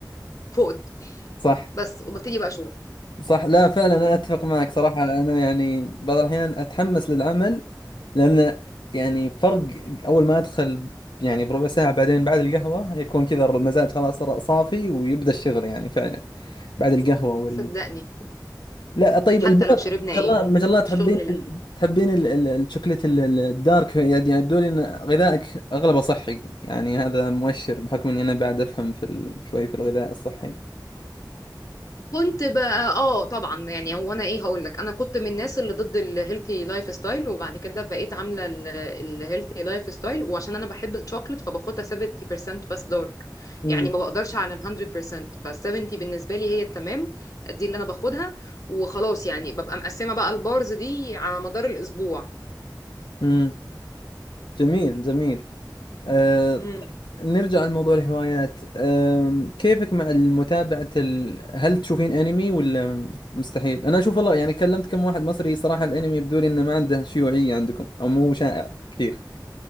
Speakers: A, on the left (about 50°); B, on the left (about 85°).
A: فقت
B: صح
A: بس وببتدي بقى شغل
B: صح لا فعلا انا اتفق معك صراحة انا يعني بعض الاحيان اتحمس للعمل لان يعني فرق اول ما ادخل يعني بربع ساعة بعدين بعد القهوة يكون كذا المزاج خلاص صار صافي ويبدأ الشغل يعني فعلا بعد القهوة
A: صدقني
B: لا طيب
A: حتى
B: البار
A: لو شربنا
B: ما
A: ايه
B: شاء الله ما شاء الله تحبين
A: الشغل لا
B: ال- تحبين ال- ال- الشوكليت ال- ال- الدارك يعني يبدو لي ان غذائك اغلبه صحي يعني هذا مؤشر بحكم اني انا بعد افهم في ال... شوي في الغذاء الصحي
A: كنت بقى اه طبعا يعني هو انا ايه هقول لك انا كنت من الناس اللي ضد الهيلثي لايف ستايل وبعد كده بقيت عامله الهيلثي لايف ستايل وعشان انا بحب الشوكليت فباخدها 70% بس دارك
B: امم
A: يعني ما بقدرش على ال 100% ف 70 بالنسبه لي هي تمام دي اللي انا باخدها وخلاص يعني ببقى مقسمه بقى البارز دي على مدار الاسبوع
B: امم جميل جميل أه...
A: امم
B: نرجع لموضوع الهوايات أه... كيفك مع المتابعة ال... هل تشوفين انمي ولا مستحيل انا اشوف والله يعني كلمت كم واحد مصري صراحة الانمي يبدو لي انه ما عنده شيوعية عندكم او مو شائع كثير